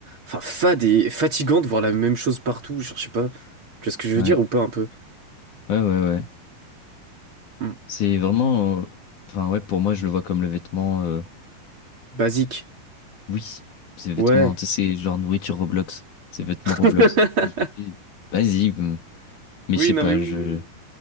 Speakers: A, on the right; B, on the left.
A: Enfin, fade et fatigant de voir la même chose partout. Genre, je sais pas... Tu vois ce que je veux
B: Ouais,
A: dire ou pas un peu?
B: ouais, ouais, ouais.
A: Hmm.
B: C'est vraiment. euh, Enfin, ouais, pour moi, je le vois comme le vêtement. euh,
A: Basique.
B: Oui, c'est vêtement.
A: Ouais.
B: Tu sais, c'est genre nourriture Roblox. C'est vêtement
A: <laughs>
B: Roblox. Et je dis, Vas-y, m- mais
A: Oui,
B: je sais
A: non
B: pas,
A: mais oui,
B: je.
A: oui, oui.